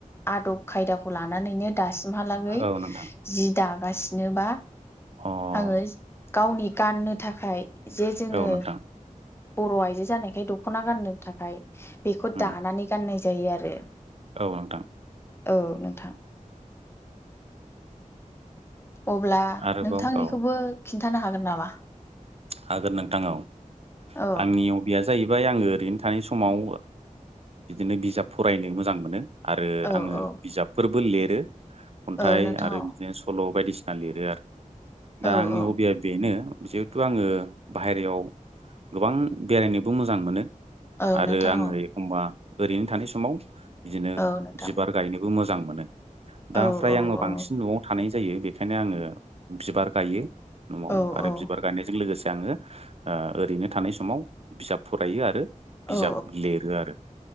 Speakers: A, on the left (about 20°); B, on the right (about 50°).
A: आदब खायदाखौ लानानै लानानैनो दासिमहालागै
B: औ नोंथां
A: जि दागासिनोबा
B: अ
A: आङो गावनि गाननो थाखाय जे जोङो।
B: औ नोंथां
A: बर' आइजो जानायखाय दख'ना गाननो थाखाय बेखौ
B: उम
A: दानानै गाननाय जायो आरो।
B: औ नोंथां।
A: औ नोंथां। अब्ला
B: आरोबाव
A: नोंथांनिखौबो
B: औ
A: खिन्थानो हागोन नामा।
B: हागोन नोंथांव औ
A: औ
B: आंनि हबिया जाहैबाय आङो ओरैनो थानाय समाव बिदिनो बिजाब फरायनो मोजां मोनो। आरो
A: औ
B: आङो
A: औ
B: बिजाबफोरबो लिरो खन्थाइ
A: औ नोंथां
B: आरो
A: औ
B: बिदिनो सल'। बायदिसिना लिरो आरो दा
A: औ
B: आंनि
A: औ
B: हबिया बेनो जिहेथु। आङो बाहेरायाव गोबां बेरायनोबो मोजां मोनो।
A: औ
B: आरो
A: नोंथां
B: आङो
A: औ
B: एखमबा ओरैनो थानाय समाव बिदिनो
A: औ नोंथां
B: बिबार गायनो। मोजां मोनो दा
A: औ
B: आमफ्राय
A: औ
B: आङो
A: औ
B: बांसिन न'आव थानाय जायो बेनिखायनो आो बिबार गायो न'आव
A: औ
B: आरो
A: औ
B: बिबार गायनाय। लोगोसे आङो ओरैनो थानाय समाव बिजाब फरायो आरो। बिजाब
A: औ
B: लिरो आरो